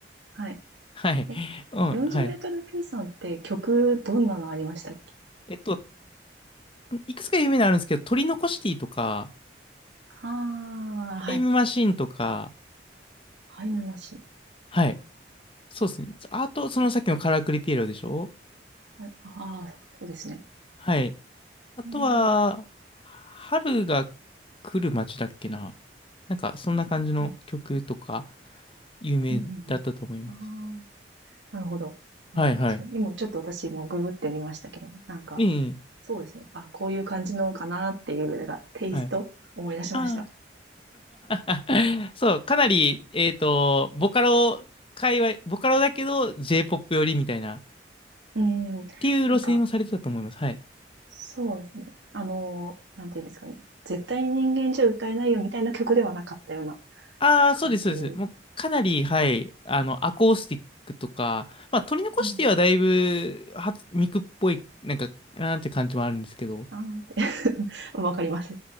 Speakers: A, on the right; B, on the left.
A: はい。
B: <laughs> はい。
A: え、
B: うん、
A: 40メートル
B: はい。
A: P さんって曲、どんなのありましたっけ
B: えっと、いくつか有名なのあるんですけど、鳥のコシティとか、
A: ああー、はい。
B: タイムマシンとか、
A: ハイヌマシン。
B: はい。そうですね。あと、そのさっきのカラクリピエロでしょ
A: はい、はい、ああ、そうですね。
B: はい。あとは、
A: うん、
B: 春が来る街だっけな。なんか、そんな感じの曲とか、
A: はい。
B: 有名だったと思います。
A: うんうんうん。ああ、なるほど。でも確かに、
B: はいはい。
A: 今ちょっと私もググってみましたけど、なんか、
B: ええ、
A: そうですね。あ、こういう感じのかなっていう、なんか、テイスト思い出しました。
B: はい。ああ。<laughs> そう、かなり、えっと、ボカロ界隈、ボカロだけど J-POP 寄りみたいな、っ
A: うん。
B: ていう路線をされてたと思います。
A: なんか、
B: はい。
A: そうですね。あの、なんていうんですかね。絶対に人間じゃ歌えないよみたいな曲ではなかったような
B: ああ、
A: 感じ。
B: そうです、そうです。もうかなり、はい、あの、アコースティックとか、まあ、取り残してはだいぶ、
A: うん。
B: は、ミクっぽい、なんか、なんていう感じもあるんですけど。
A: ああって、
B: <laughs>
A: <laughs> わかります。